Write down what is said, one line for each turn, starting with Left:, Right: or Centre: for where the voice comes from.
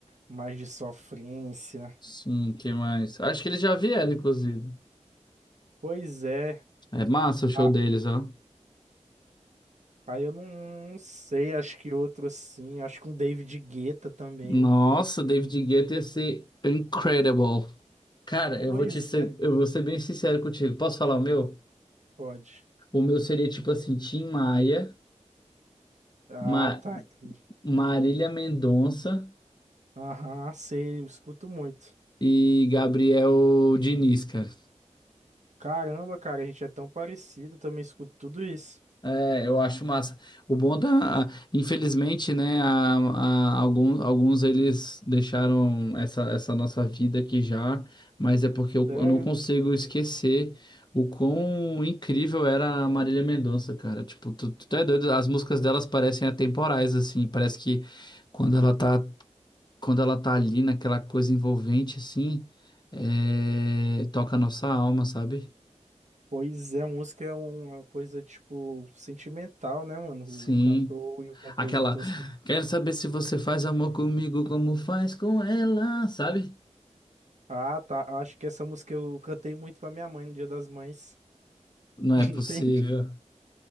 Right: mais de sofrência.
Left: Sim, quem mais? Acho que eles já vieram, inclusive.
Right: Pois é.
Left: É massa o show
Right: Ah,
Left: deles, ó.
Right: aí eu não, não sei, acho que outro assim. Acho que um David Guetta também.
Left: Nossa, David Guetta ia ser incredible. Cara, eu
Right: Pois
Left: vou te ser,
Right: é.
Left: eu vou ser bem sincero contigo. Posso falar o meu?
Right: Pode.
Left: O meu seria tipo assim, Tim Maia,
Right: Ah,
Left: Ma-
Right: tá. entendi.
Left: Marília Mendonça
Right: Aham, sei, eu escuto muito.
Left: e Gabriel Diniz, cara.
Right: Caramba, cara, a gente é tão parecido, também escuto tudo isso.
Left: É, eu acho massa. O bom da, infelizmente, né, a, a- alguns, alguns eles deixaram essa, essa nossa vida aqui já, mas é porque eu,
Right: Sério?
Left: eu não consigo esquecer o quão incrível era a Marília Mendonça, cara. Tipo, tu, tu é doido, as músicas delas parecem atemporais, assim, parece que quando ela tá, quando ela tá ali naquela coisa envolvente, assim, é, toca a nossa alma, sabe?
Right: Pois é, música é uma coisa, tipo, sentimental, né, mano?
Left: Sim.
Right: O cantor e o compositor
Left: Aquela, quero saber se você faz amor comigo como faz com ela, sabe?
Right: Ah, tá. Acho que essa música eu cantei muito pra minha mãe no Dia das Mães.
Left: Não
Right: <laughs> Não
Left: é possível.
Right: Tem?